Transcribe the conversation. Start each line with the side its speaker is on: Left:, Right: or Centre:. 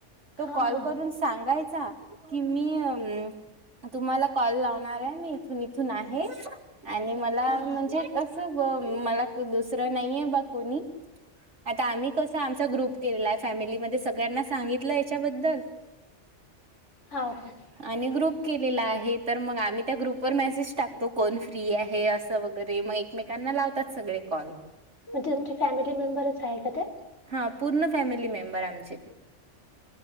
Right: तो
Left: हां
Right: कॉल
Left: हां
Right: करून सांग सांगायचा कि, मी अं.. तुम्हाला कॉल लावणार आहे. मी इथून इथून आहे आणि मला
Left: हां
Right: म्हणजे,
Left: हां
Right: मला दुसरं नाहीये बा कोणी, आता आम्ही कसं आमचा ग्रुप. तिला फॅमिलीमध्ये सगळ्यांना सांगितलंय, यांच्या बद्दल.
Left: हौ कां.
Right: आणि ग्रुप केलेला आहे तर, मग आम्ही त्या ग्रुपवर मेसेज टाक. तो कोण फ्री आहे असं वगैरे, मग एकमेकांना लावतात सगळे कॉल.
Left: म्हणजे तुमची फॅमिली मेंबरच आहे का त्यात.
Right: हा.. पूर्ण फॅमिली मेंबर आमचे,